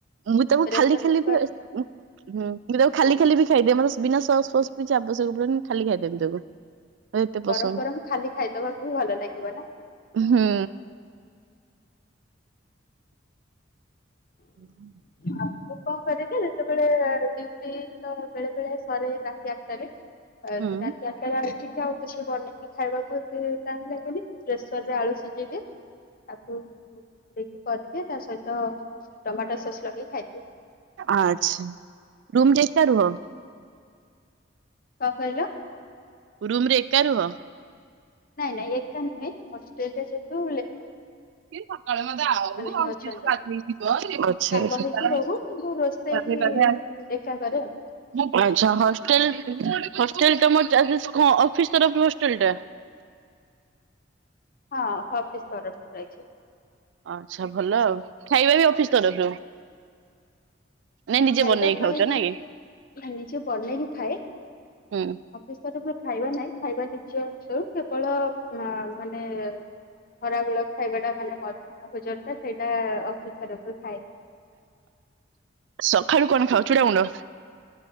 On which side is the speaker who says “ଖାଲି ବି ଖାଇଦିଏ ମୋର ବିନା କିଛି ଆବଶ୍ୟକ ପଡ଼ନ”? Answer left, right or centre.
Right